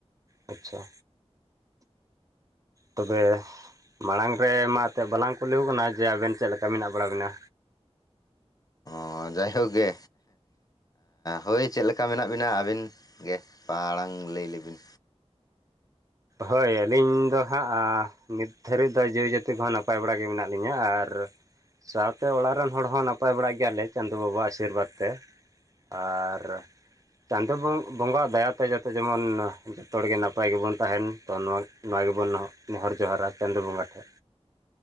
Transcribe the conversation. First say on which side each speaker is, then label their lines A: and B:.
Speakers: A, on the right; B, on the left.
A: ᱟᱪᱪᱷᱟ ᱛᱚᱵᱮ ᱢᱟᱲᱟᱝ ᱨᱮ ᱢᱟ ᱮᱛᱮᱫ ᱵᱟᱞᱟᱝ ᱠᱩᱞᱤᱣ ᱟᱠᱟᱱᱟ ᱡᱮ ᱟᱵᱮᱱ ᱪᱮᱫ ᱞᱮᱠᱟ ᱢᱮᱱᱟᱜ ᱵᱟᱲᱟ ᱵᱮᱱᱟ
B: ᱚ ᱡᱟᱭᱦᱳᱠ ᱜᱮ ᱦᱳᱭ ᱪᱮᱫ ᱞᱮᱠᱟ ᱢᱮᱱᱟᱜ ᱵᱤᱱᱟ ᱟᱹᱵᱤᱱ ᱜᱮ ᱢᱟᱲᱟᱝ ᱞᱟᱹᱭ ᱞᱮᱵᱤᱱ
A: ᱦᱳᱭ ᱟᱹᱞᱤᱧ ᱫᱚ ᱦᱟᱸᱜ ᱱᱤᱛ ᱫᱷᱟᱹᱨᱤᱡ ᱫᱚ ᱡᱤᱣᱤ ᱡᱟᱹᱛᱤ ᱠᱚᱦᱚᱸ ᱱᱟᱯᱟᱭ ᱵᱟᱲᱟ ᱜᱮ ᱢᱮᱱᱟᱜ ᱞᱤᱧᱟ ᱟᱨ ᱥᱟᱶᱛᱮ ᱚᱲᱟᱜ ᱨᱮᱱ ᱦᱚᱲ ᱦᱚᱸ ᱱᱟᱯᱟᱭ ᱵᱟᱲᱟ ᱜᱮᱭᱟᱞᱮ ᱪᱟᱸᱫᱚ ᱵᱟᱵᱟ ᱟᱜ ᱟᱥᱤᱨᱵᱟᱫᱽ ᱛᱮ ᱟᱨ ᱪᱟᱸᱫᱚ ᱵᱚᱸᱜᱟ ᱟᱜ ᱫᱟᱭᱟ ᱛᱮ ᱡᱟᱛᱮ ᱡᱮᱢᱚᱱ ᱡᱷᱚᱛᱚ ᱦᱚᱲ ᱜᱮ ᱱᱟᱯᱟᱭ ᱜᱮᱵᱚᱱ ᱛᱟᱦᱮᱱ ᱛᱚ ᱱᱚᱣᱟ ᱱᱚᱣᱟ ᱜᱮᱵᱚᱱ ᱱᱮᱦᱚᱨ ᱡᱚᱦᱟᱨᱟ ᱪᱟᱸᱫᱚ ᱵᱚᱸᱜᱟ ᱴᱷᱮᱱ